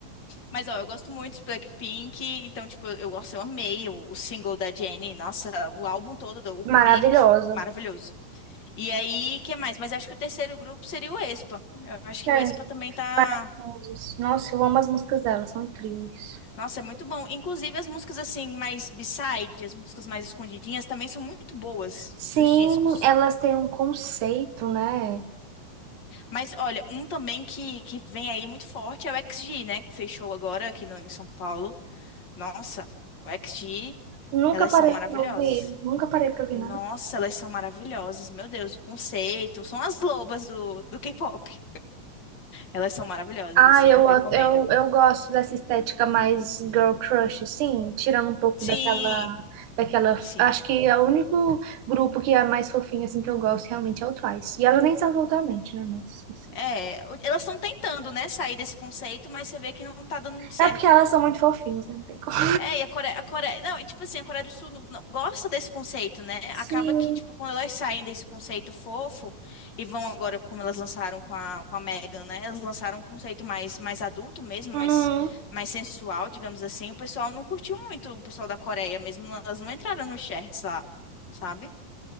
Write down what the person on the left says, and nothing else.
Mas ó, eu gosto muito de Blackpink, então, tipo, eu gosto, eu amei o, o single da Jennie. Nossa, o álbum todo, do- o Ruby,
maravilhoso. E aí, que mais? Mas acho que o terceiro grupo seria o Expa. Eu acho que
o Expa também tá.
Nossa, é muito bom. Inclusive, as músicas assim, mais B-side, as músicas mais escondidinhas, também são muito boas
de- dos discos.
Mas olha, um também que, que vem aí muito forte é o XG, né? Que fechou agora aqui no, em São Paulo. Nossa, o XG,
elas
são maravilhosas.
Nossa,
elas são maravilhosas. Meu Deus, o conceito. São as lobas do, do K-pop. Elas são maravilhosas,
assim,
eu recomendo.
Sim.
Sim.
É, o- elas estão tentando, né, sair desse conceito, mas você vê que não tá dando muito certo.
É, e a Coreia, a Coreia, não, e tipo assim, a Coreia do Sul não- não- gosta desse conceito, né?
Acaba
que, tipo, quando elas saem desse conceito fofo e vão agora, como elas lançaram com a, com a Megan, né? Elas lançaram um conceito mais, mais adulto mesmo,
mais, mais sensual, digamos assim. O pessoal não curtiu muito, o pessoal da Coreia mesmo, elas não entraram nos shirts lá, sabe?